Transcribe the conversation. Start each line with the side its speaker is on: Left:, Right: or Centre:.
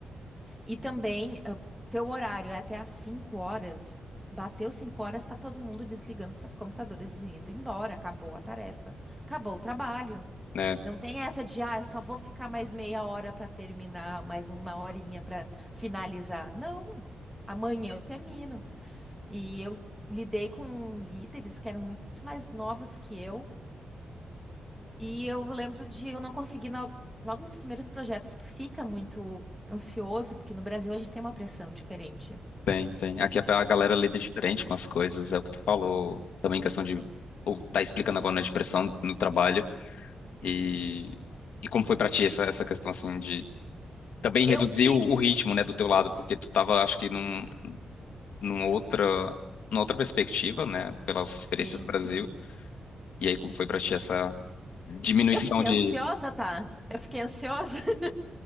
Centre: E também, eh, teu horário é até às 5 horas. Bateu 5 horas, tá todo mundo desligando seus computadores e indo embora. Acabou a tarefa. Acabou o trabalho.
Left: né?
Centre: Não tem essa de, ah, eu só vou ficar mais meia hora pra terminar, mais uma horinha pra finalizar. Não, amanhã eu termino. E eu lidei com líderes que eram muito mais novos que eu, e eu lembro de eu não conseguir, na- logo nos primeiros projetos, tu fica muito ansioso, porque no Brasil a gente tem uma pressão diferente.
Left: Tem, tem. Aqui a a galera lida diferente com as coisas, é o que tu falou. Também questão de. Ou tá explicando agora na depressão no trabalho. E, e como foi pra ti essa, essa questão, assim, de. Também
Centre: Eu
Left: reduzir
Centre: tive,
Left: o o ritmo, né, do teu lado, porque tu tava, acho que, num, num outra, numa outra perspectiva, né, pelas experiências
Centre: sim.
Left: do Brasil. E aí, como foi pra ti essa diminuição
Centre: Eu fiquei
Left: de.
Centre: ansiosa, tá? Eu fiquei ansiosa. <laughs>